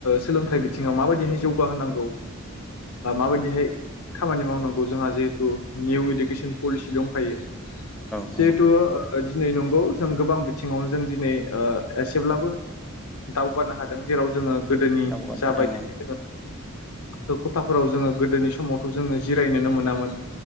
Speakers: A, on the left; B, in the centre.
A: सोलोंथाइ बिथिङाव माबायदिहाय जौगाहोनांगौ। मा-माबायदिहाय खामानि मावनांगौ जोंहा जिहेतु निउ इडुकेसन पलिसि दंखायो।
B: नंगौ
A: जेहेथु। दिनै नंगौ जों गोबां बिथिङावनो जों दिनै ओ एसेब्लाबो दावगानो हादों। जेराव जोङो गोदोनि
B: दावगानो
A: जाबायदि
B: हादों औ
A: जोङो खथाफोराव जोङो गोदोनि समावथ' जोङो जिरायनोनो मोनामोन